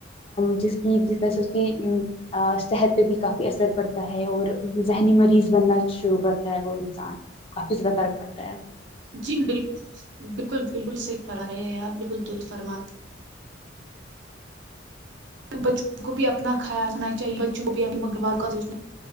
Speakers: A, on the left (about 30°); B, on the right (about 65°).
A: جس جس وجہ سے اس کی صحت پہ بھی کافی اثر پڑتا ہے اور ذہنی مریض بننا شروع کر کرتا ہے وہ انسان کافی زیادہ فرق پڑتا ہے
B: جی بالکل بالکل بالکل صحیح فرارے رہے ہیں آپ بالکل درست فرما بچوں کو بھی اپنا خیال رکھنا چاہیے بچوں کو بھی آپ مسقبال کا سوچنا